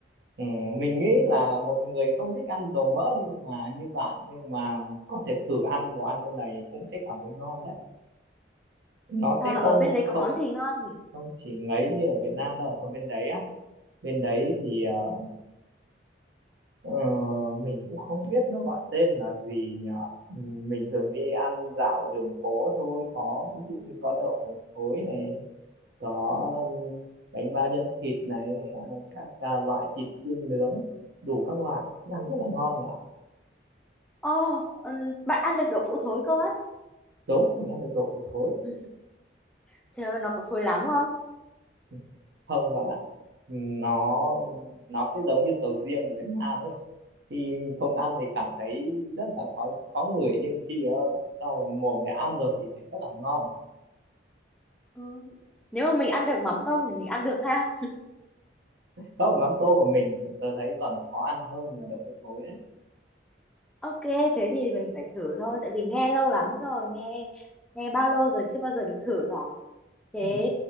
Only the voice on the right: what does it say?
Ừ, mình nghĩ là một người không thích ăn dầu mỡ nhưng mà như bạn nhưng mà có thể thử ăn đồ ăn bên này cũng sẽ cảm thấy ngon đấy. Nó
sẽ
không
không
không chỉ ngấy như ở Việt Nam đâu. Ở bên đấy á, bên đấy thì ờ, Ờ, mình cũng không biết nó gọi tên là gì nhở Ừ, mình thường đi ăn dạo đường phố thôi có ví dụ như có đậu hũ thối này có ừ, bánh bao nhân thịt này à, các à, loại thịt xiên nướng đủ các loại ăn rất là ngon bạn ạ
đúng mình ăn được đậu hũ thối
Ừ, không bạn ạ Ừ, nó nó sẽ giống như sầu riêng của Việt Nam ấy khi không ăn thì cảm thấy rất là khó khó ngửi nhưng khi ờ, cho vào mồm để ăn rồi thì lại rất là ngon
không mắm tôm mà mình tớ thấy còn khó ăn hơn là đậu hôi thối đấy
ừ.